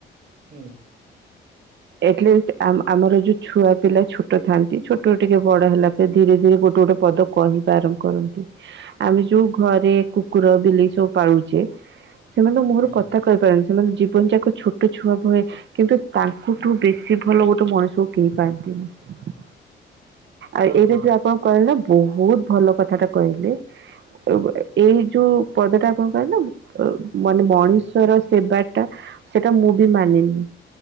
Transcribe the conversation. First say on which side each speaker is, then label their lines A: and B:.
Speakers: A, on the right (about 50°); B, on the right (about 65°).
A: ହୁଁ।
B: ଏଟଲିଷ୍ଟ ଆମ ଆମର ଯୋଉ ଛୁଆ ପିଲା ଛୋଟ ଥାନ୍ତି ଛୋଟରୁ ଟିକେ ବଡ ହେଲା ପରେ ଧୀରେ ଧୀରେ ଗୋଟେ ଗୋଟେ ପଦ କହିବା ଆରମ୍ଭ କରନ୍ତି। ଆମେ ଯୋଉ ଘରେ କୁକୁର ବିଲେଇ ସବୁ ପାଳୁଛେ ସେମାନଙ୍କ ମୁହଁରୁ
A: ଆଜ୍ଞା
B: କଥା କହିପାରୁନି ସେମାନେ ଜୀବନ ଯାକ ଛୋଟ ଛୁଆ ଭଏ କିନ୍ତୁ ତାଙ୍କଠୁ ବେଶୀ ଭଲ ଗୋଟେ ମଣିଷକୁ କେହି ପାଆନ୍ତିନି। ଆଉ
A: ହଁ
B: ଏଇଟା
A: ହଁ
B: ଯୋଉ ଆପଣ କହିଲେ ନା ବହୁତ ଭଲ କଥାଟା କହିଲେ। ଓ ଏଇ ଯୋଉ ପଦଟା କଣ କହେଲନି ମାନେ ମଣିଷର
A: ଆଜ୍ଞା
B: ସେବାଟା ସେଇଟା ମୁଁ ବି ମାନିନି।